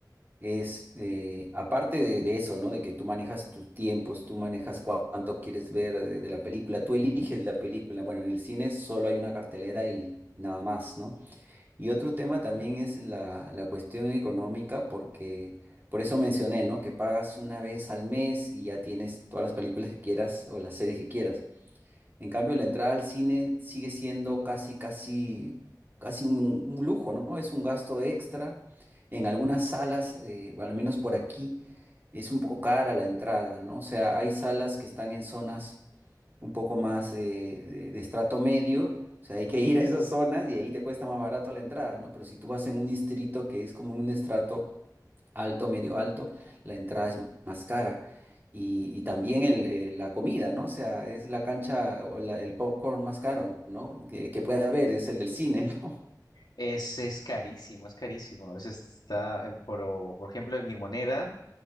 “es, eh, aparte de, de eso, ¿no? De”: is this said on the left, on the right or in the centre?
Right